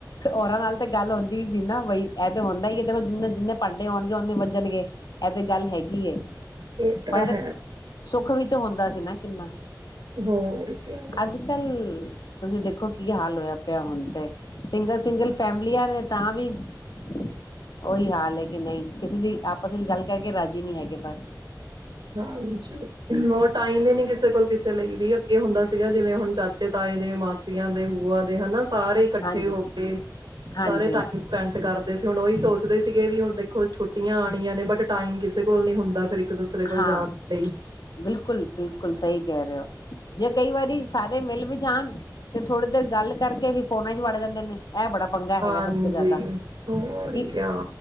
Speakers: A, on the left (about 65°); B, on the right (about 75°).
A: ਔਰਾਂ ਨਾਲ ਤੇ ਗੱਲ ਹੁੰਦੀ ਸੀ ਨਾ ਬਈ ਇਹ ਤੇ ਹੁੰਦਾ ਹੀ ਹੈ। ਚਲੋ ਜਿੰਨੇ-ਜਿੰਨੇ ਭਾਂਡੇ ਹੋਣਗੇ ਉਨੇ ਵੱਜਣਗੇ। ਇਹ ਤੇ ਗੱਲ ਹੈਗੀ ਏ।
B: ਇਹ ਤਾਂ
A: ਪਰ
B: ਹੈ।
A: ਸੁੱਖ ਵੀ ਤਾਂ ਹੁੰਦਾ ਸੀ ਨਾ ਕਿੰਨਾ।
B: ਹੋਰ ਕਿਆ।
A: ਅੱਜ-ਕੱਲ ਤੁਸੀਂ ਦੇਖੋ ਕੀ ਹਾਲ ਹੋਇਆ ਪਿਆ। ਹੁਣ ਤੇ ਸਿੰਗਲ-ਸਿੰਗਲ ਫੈਮਲੀਆਂ ਨੇ ਤਾਂ ਵੀ ਉਹੀ ਹਾਲ ਹੈ ਕਿ ਨਹੀਂ ਕਿਸੇ ਦੀ ਆਪਸ ਵਿੱਚ ਗੱਲ ਕਹਿ ਕੇ ਰਾਜ਼ੀ ਨੀ ਹੈਗੇ। ਪਰ
B: ਹਾਂਜੀ ਹੋਰ ਟਾਈਮ ਹੀ ਨੀ ਕਿਸੇ ਕੋਲ ਕਿਸੇ ਲਈ ਵੀ ਅੱਗੇ ਹੁੰਦਾ ਸੀਗਾ। ਜਿਵੇਂ ਹੁਣ ਚਚ ਚਾਚੇ, ਤਾਏ ਦੇ ਮਾਸੀਆਂ ਦੇ ਬੂਆ ਦੇ ਹਨਾ ਸਾਰੇ ਕੱਠੇ
A: ਹਾਂਜੀ
B: ਹੋ ਕੇ
A: ਹਾਂਜੀ
B: ਸਾਰੇ ਟਾਇਮ ਸਪੈਟ ਕਰ ਸੀ ਹੁਣ ਉਹੀ ਸੋਚਦੇ ਸੀਗੇ ਵੀ ਹੁਣ ਦੇਖੋ ਛੁੱਟੀਆਂ ਆਣੀਆਂ ਨੇ ਬਟ ਟਾਈਮ ਕਿਸੇ ਕੋਲ ਨੀ ਹੁੰਦਾ। ਫਿਰ ਇੱਕ ਦੂਸਰੇ ਕੋਲ
A: ਹਾਂ।
B: ਜਾਣ ਲਈ
A: ਬਿਲਕੁਲ-ਬਿਲਕੁਲ ਸਹੀ ਕਹਿ ਰਹੇ ਹੋ। ਜੇ ਕਈ ਵਾਰੀ ਸਾਰੇ ਮਿਲ ਵੀ ਜਾਣ ਤੇ ਥੋੜੀ ਦੇਰ ਗੱਲ ਕਰਕੇ ਵੀ ਫੋਨਾਂ ਚ ਵੜ ਜਾਂਦੇ ਨੇ। ਇਹ ਬੜਾ ਪੰਗਾ
B: ਹਾਂਜੀ
A: ਹੈਗਾ ਸਭ ਤੋਂ ਜ਼ਿਆਦਾ
B: ਹੋਰ
A: ਕਿ
B: ਕਿਆ